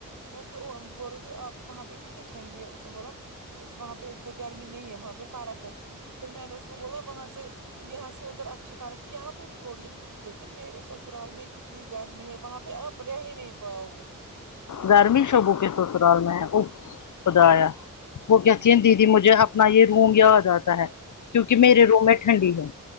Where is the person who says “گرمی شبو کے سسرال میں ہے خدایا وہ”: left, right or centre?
Left